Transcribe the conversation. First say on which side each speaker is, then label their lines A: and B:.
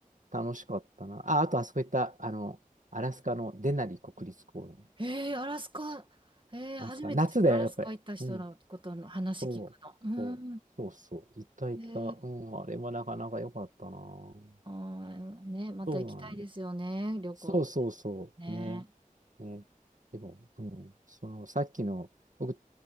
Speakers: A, on the right; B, on the right.
A: 楽しかったな。あ、あとあそこ行った、あの、アラスカのデナリ国立公園。
B: えー、アラスカ、えー、初めてアラスカ行った人のことの話聞くの。
A: アラスカ、夏だよ、やっぱり。うん。そう、
B: うん。
A: そう、そうそう、いたいた。
B: えー、
A: うん、あれはなかなか良かったな。そ
B: あーね、また行きたいですよね、
A: うなんです。
B: 旅行って
A: そうそうそうね。
B: ね。
A: ね。でも、うん、そのさっきの、僕、